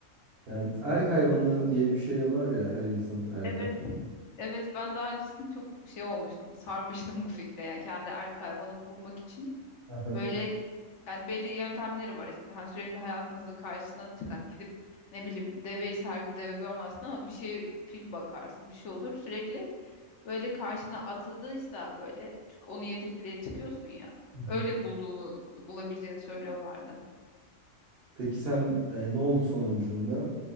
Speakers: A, on the right; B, on the left.
A: e, erk hayvanı diye bir şey var ya her insanın erk
B: Evet,
A: hayvanı.
B: evet ben daha öncesinde çok şey olmuştum, sarmıştım bu fikre. Yani kendi erkek hayvanımı bulmak için
A: Aha. Hı
B: böyle yani belli yöntemleri var işte. Hani sürekli hayatınızda karşına çıkan gidip ne bileyim deveyi her gün deve görmezsin ama bir şey film bakarsın bir şey olur sürekli böyle karşına atıldıysa böyle çünkü o niyetle çıkıyorsun ya.
A: hı.
B: Öyle bulduğunu bulabileceğini söylüyorlardı.
A: Peki sen e, ne oldu sonucunda?